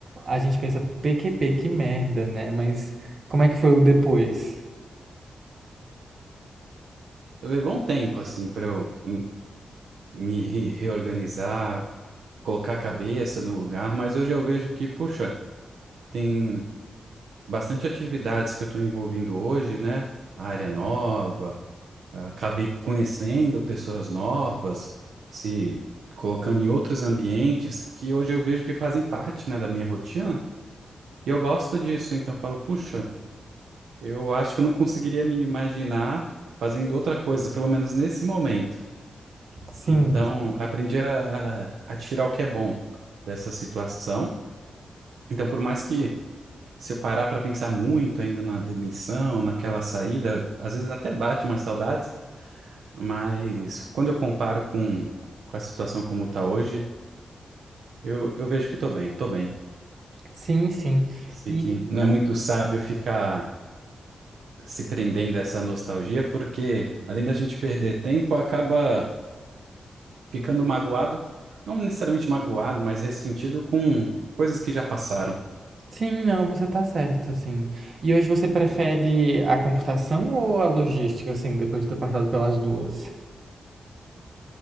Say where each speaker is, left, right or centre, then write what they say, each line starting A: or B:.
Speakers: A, on the right; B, on the right.
A: a gente pensa, PQP, que merda, né? Mas como é que foi o depois?
B: Levou um tempo, assim, pra eu em- me re- reorganizar, colocar a cabeça no lugar, mas hoje eu vejo que, puxa, tem bastante atividades que eu estou envolvindo hoje, né? A área nova, acabei conhecendo pessoas novas, se colocando em outros ambientes que hoje eu vejo que fazem parte, né, da minha rotina, e eu gosto disso, então eu falo, puxa, eu acho que eu não conseguiria me imaginar fazendo outra coisa, pelo menos nesse momento.
A: Sim,
B: Então, aprendi a, a a tirar o que é bom dessa situação. Então, por mais que se eu parar para pensar muito ainda na demissão, naquela saída, às vezes até bate umas saudades, mas quando eu comparo com, com a situação como está hoje, eu, eu vejo que estou bem, estou bem.
A: sim, sim.
B: Sei
A: E.
B: que não é muito sábio ficar se prendendo a essa nostalgia, porque além da gente perder tempo, acaba ficando magoado, não necessariamente magoado, mas ressentido com coisas que já passaram.
A: Sim, não, você tá certo, sim. E hoje você prefere a computação ou a logística, assim, depois de ter passado pelas duas?